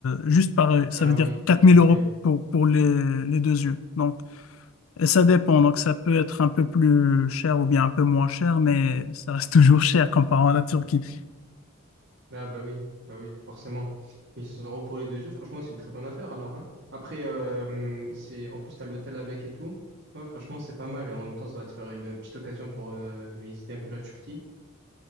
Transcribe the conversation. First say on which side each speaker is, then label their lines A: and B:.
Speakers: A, on the left; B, on the right.
A: juste par œil. Ça
B: Ah
A: veut dire
B: oui,
A: quatre mille
B: ok.
A: euros pour, pour les, les deux yeux. Donc, et ça dépend. Donc, ça peut être un peu plus cher ou bien un peu moins cher, mais ça reste <laughs> toujours cher comparé à la Turquie.
B: Ah bah oui, bah oui, forcément. 1600 euros pour les deux yeux franchement, c'est une très bonne affaire alors, hein. Après, euh, hum, c'est en plus t'as l'hôtel avec et tout. Ouais, franchement, c'est pas mal. Et en même temps, ça va te faire une petite occasion pour euh, visiter un peu la Turquie.